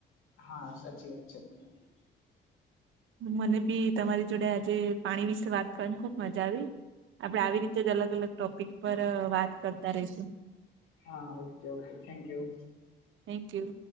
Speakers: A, on the left (about 85°); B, on the right (about 80°).
A: હા સાચી વાત છે તમારી.
B: મને બી તમારી જોડે આજે પાણી વિશે વાત કરવાની ખુબ મજા આવી. આપડે આવી રીતે જ અલગ અલગ ટોપિક પર વાત કરતા રહીશું.
A: હા okay okay thank you.
B: Thank you.